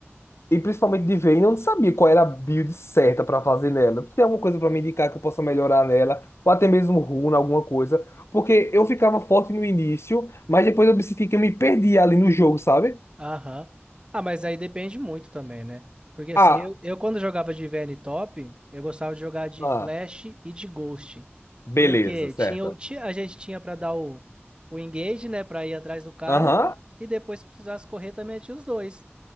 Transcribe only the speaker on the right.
Aham. Ah, mas aí depende muito também, né? Porque assim,
eu, eu quando jogava de VN Top, eu gostava de jogar de
Flash e de Ghost.
Porque
tinha, o- ti- a gente tinha pra dar o, o engage, né? Pra ir atrás do cara.
E depois, se precisasse correr, também tinha os dois.